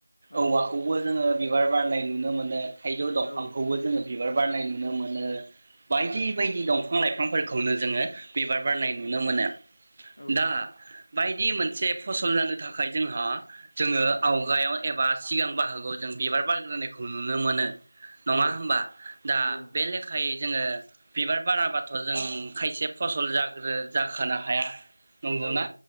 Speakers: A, on the left; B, on the right.
A: औ
B: औवाखौबो जोङो बिबार बारनाय नुनो मोनो थाइजौ दंफांखौबो
A: औ
B: जोङो बिबार बारनाय नुनो मोनो बायदि दंफां लाइफांफोरखौनो जोङो बिबार बारनाय नुनो मोनो
A: औ
B: दा बायदि मोनसे फसल जानो थाखाय जोंहा जोङो आवगायाव एबा सिगां बाहागोआव जों बिबार बारग्रोनायखौ नुनो मोनो नङा
A: औ
B: होमबा दा
A: नंगौ नंगौ
B: बे लेखायै जोङो बिबार बाराबाथ' जों खायसे फसल जाग्रो जाखोनो हाया नंगौना
A: औ